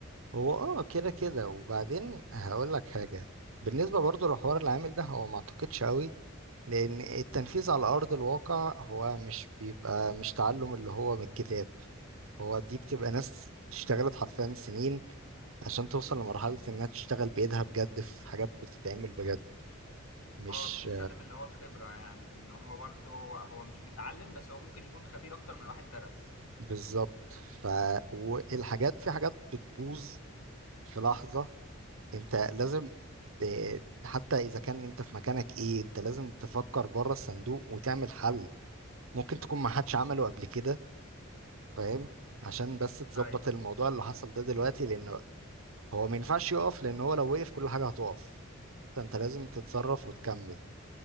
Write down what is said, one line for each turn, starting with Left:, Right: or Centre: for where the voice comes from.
Right: هو اه كده كده وبعدين هقول لك حاجة بالنسبة برضو لحوار العامل ده هو ما اعتقدش قوي لان التنفيذ على ارض الواقع هو مش بيبقى مش تعلم اللي هو من الكتاب هو دي بتبقى ناس اشتغلت حرفيا سنين عشان توصل لمرحلة انها تشتغل بايدها بجد في حاجات بتتعمل بجد مش
Left: اه بتتكلم اللي هو الخبره يعني ان هو برضه هو هو مش متعلم بس هو ممكن يكون خبير اكتر من واحد درس
Right: بالظبط ف والحاجات في حاجات بتبوظ في لحظة انت لازم ت- حتى اذا كان انت في مكانك ايه انت لازم تفكر بره الصندوق وتعمل حل ممكن تكون ما حدش عمله قبل كده فاهم عشان بس تظبط
Left: ايوه
Right: الموضوع اللي حصل ده دلوقتي لانه هو ما ينفعش يقف لان هو لو وقف كل حاجة هتقف فانت لازم تتصرف وتكمل